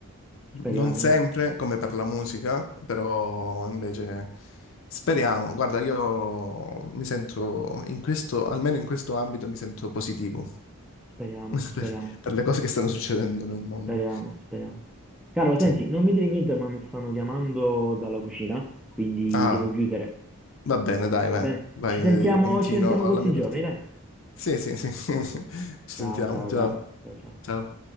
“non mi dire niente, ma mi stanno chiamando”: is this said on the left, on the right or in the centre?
Centre